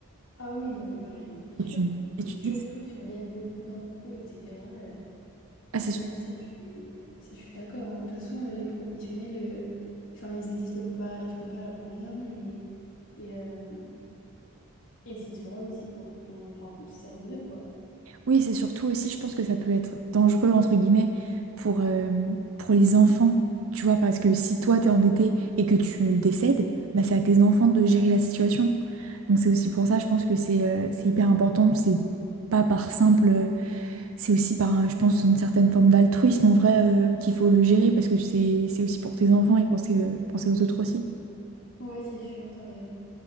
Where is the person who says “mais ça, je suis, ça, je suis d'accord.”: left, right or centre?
Left